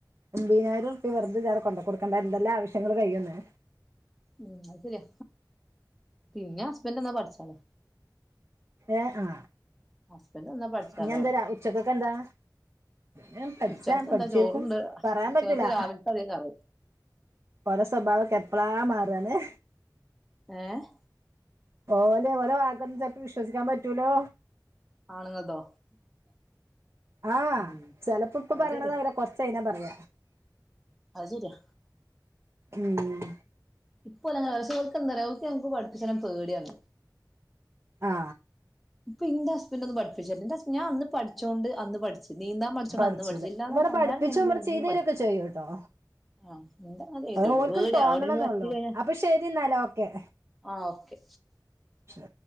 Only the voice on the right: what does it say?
ഒമ്പയിനായിരം ർപ്പിയ വെർതെ ജ്ജ് ആടെ കൊണ്ട കൊടുക്കെണ്ടാ യെന്തെല്ലാ ആവശ്യങ്ങൾ കഴിയുന്നേ
ഏ ആ
ഇനി എന്തരാ
ഉച്ചക്കക്കെന്താ? ഞാൻ പഠിച്ചാൽ
പഠിച്ചേക്കും
പറയാൻ
പറ്റൂല
ഓരോ സ്വഭാവംക്ക പ്പളാ മാറാന്നെ
ഓലെ ഓല വാക്കൊന്നും ചെൽപ്പോ വിശ്വസിക്കാൻ പറ്റൂലോ
ആ
ചെലപ്പോ പ്പം
പറയണതാവുല
കൊർച്ചഴിഞ്ഞാ പറിയ
ഉം
ആ
പഠിച്ചൂലേ
ഇവിടെ
പഠിപ്പിച്ചും
ഇവിടെ
ചെയ്തരൊക്കെ
ചെയ്യൂട്ടോ
അത് ഓൽക്കണ് തോന്നണന്നൊള്ളു
അപ്പൊ ശരി എന്നാല് ഓക്കെ
ശരി